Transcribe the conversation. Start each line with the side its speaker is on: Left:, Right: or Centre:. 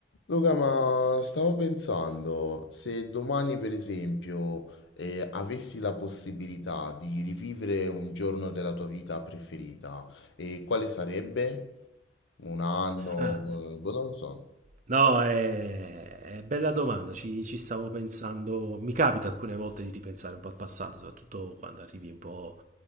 Left: Luca, ma stavo pensando, se domani per esempio eh, avessi la possibilità di rivivere un giorno della tua vita preferita, eh, quale sarebbe? Un anno?
Right: Eh,
Left: eh, boh, non lo so.
Right: no, è, è bella domanda, ci, ci stavo pensando, mi capita alcune volte di ripensare un po' al passato, soprattutto quando arrivi un po'